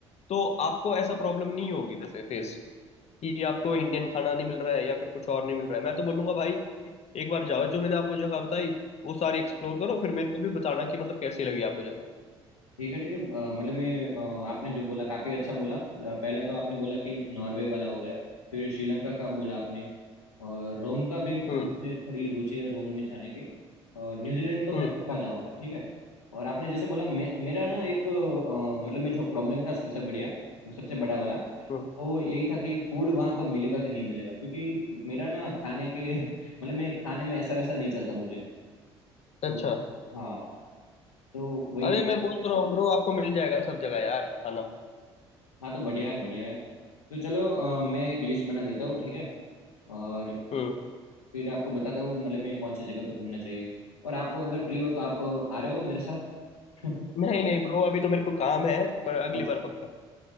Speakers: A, on the left; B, on the left.
A: तो आपको ऐसा प्रॉब्लम नहीं होगी वैसे फेस कि आपको इंडियन खाना नहीं मिल रहा है या फिर कुछ और नहीं मिल रहा है मैं तो बोलूंगा भाई एक बार जाओ जो मैंने आपको जगह बताई वो सारी एक्सप्लोर करो फिर मेरे को भी बताना कि मतलब कैसी लगी आपको जगह
B: ठीक है ठीक है अ, मतलब मैं अ, आपने जो बोला काफी अच्छा बोला अ, पहला तो आपने बोला कि नॉर्वे वाला हो गया फिर श्रीलंका का बोला आपने और रोम का भी
A: हम्म
B: मुझे थोड़ी रुचि है रोम में जाने की और न्यूजीलैंड तो मैं
A: हम्म
B: पक्का जाऊंगा ठीक है और आपने जैसे बोला मे, मेरा ना एक अ, मतलब में जो प्रॉब्लम था सबसे बढ़िया सबसे बड़ा वाला
A: हम्म
B: वो यही था कि फूड वहाँ पर मिलेगा कि नहीं मिलेगा क्योंकि मेरा ना खाने के <laughs> मतलब मैं खाने में ऐसा वैसा नहीं चलता मुझे
A: अच्छा
B: तो हाँ तो वही
A: अरे मैं बोल तो रहा हूँ ब्रो आपको मिल जाएगा सब जगह यार खाना
B: हाँ तो बढ़िया है बढ़िया है तो चलो अ, मैं एक लिस्ट बना देता हूँ ठीक है और
A: हम्म
B: फिर आपको बताता हूँ मतलब मैं कौन सी जगह पे घूमना चाहिए और आप अगर फ्री हो तो आप आ रहे हो मेरे साथ <laughs>
A: नहीं नहीं ब्रो अभी तो मेरे को काम है पर अगली
B: अच्छा
A: बार पक्का